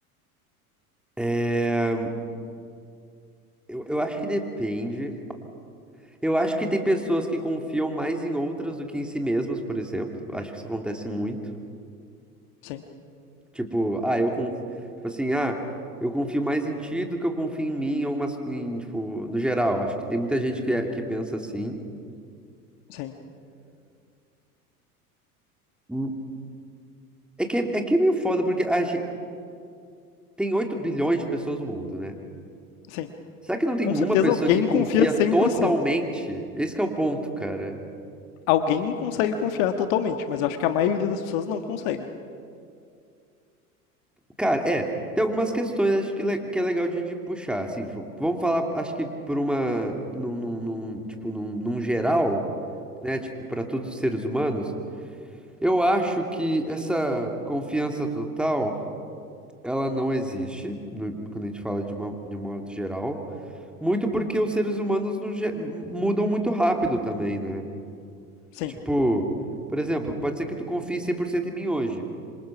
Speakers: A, in the centre; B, on the left (about 55°).
A: é... eu, eu acho que depende. Eu acho que tem pessoas que confiam mais em outras do que em si mesmas, por exemplo. Acho que isso acontece muito.
B: Sim,
A: Tipo, ah, eu confio tipo assim, ah, eu confio mais em ti do que eu confio em mim, ou umas... em, tipo, no geral. Acho que tem muita gente que, é- que pensa assim.
B: sim,
A: Hum, É que é, é que é meio foda, porque a gen- tem 8 bilhões de pessoas no mundo, né?
B: sim.
A: Será que não tem
B: Com certeza
A: uma pessoa
B: alguém
A: que confia
B: confia 100%.
A: totalmente? Esse que é o ponto, cara.
B: Alguém consegue confiar totalmente, mas eu acho que a maioria das pessoas não consegue.
A: Cara, é, tem algumas questões acho que, le- que é legal de, de puxar, assim, tipo, vamos falar, acho que por uma, num, num, num- tipo, num, num geral, né, tipo, para todos os seres humanos, Eu acho que essa confiança total, ela não existe, no- quando a gente fala de uma, de um modo geral. Muito porque os seres humanos no ge- mudam muito rápido também, né?
B: Sim,
A: Tipo, por exemplo, pode ser que tu confie 100% em mim hoje,